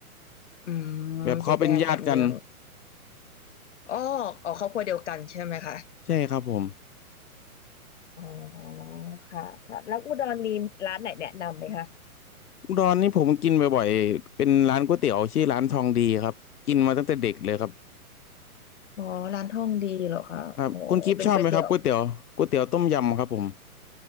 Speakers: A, on the left; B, on the left.
A: อืมเจ๊แดงแหนมเนือง
B: แบบเขาเป็นญาติกัน
A: อ๋ออ๋อครอบครัวเดียวกันใช่ไหมคะ
B: ใช่ครับผม
A: อ๋อค่ะค่ะแล้วอุดรมีร้านไหนแนะนำไหมคะ
B: อุดรนี่ผมกินบ่อยๆเป็นร้านก๋วยเตี๋ยวชื่อร้านทองดีครับกินมาตั้งแต่เด็กเลยครับ
A: อ๋อร้านท่องดีเหรอคะอ๋อเป็นก๋วยเตี๋ยว
B: ครับคุณกิฟต์ชอบไหมครับก๋วยเตี๋ยวก๋วยเตี๋ยวต้มยำครับผม